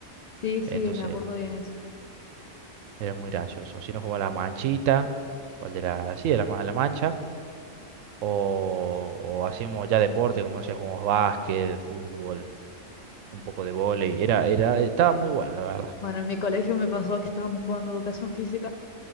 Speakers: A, on the left; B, on the right.
A: sí, sí,
B: Entonces,
A: me acuerdo bien eso.
B: era muy gracioso. Si no jugaba la manchita, o el de la, sí, de la, ma- la mancha, o, o hacíamos ya deporte, como no sé, jugamos básquet, fútbol, un poco de vóley. Era, era, estaba muy bueno, la verdad.
A: Bueno, en mi colegio me pasó que estábamos jugando educación física